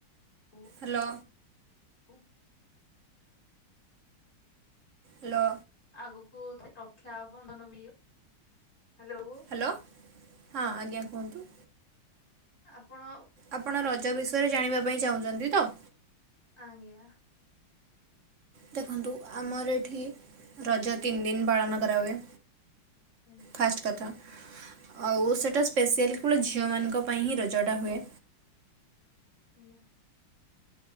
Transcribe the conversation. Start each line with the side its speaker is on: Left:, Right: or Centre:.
Left: ଓ
Right: ହାଲୋ
Left: ହୁପ <inaudible>
Right: ହାଲୋ
Left: ଆଗକୁ ରକ୍ଷା ବନ୍ଧନ ବି ହାଲୋ
Right: ହାଲୋ। ହଁ ଆଜ୍ଞା କୁହନ୍ତୁ।
Left: ଆପଣ
Right: ଆପଣ ରଜ ବିଷୟରେ ଜାଣିବା ପାଇଁ ଚାହୁଁଛନ୍ତି ତ?
Left: ଆଜ୍ଞା।
Right: ଦେଖନ୍ତୁ। ଆମର ଏଠି ରଜ ତିନି ଦିନ ପାଳନ କରାହୁଏ।
Left: ଆଜ୍ଞା।
Right: ଫାଷ୍ଟ କଥା ଆଉ ସେଇଟା ସ୍ପେଶିଆଲି କେବଳ ଝିଅମାନଙ୍କ ପାଇଁ ହିଁ ରଜଟା ହୁଏ।
Left: ଆଜ୍ଞା।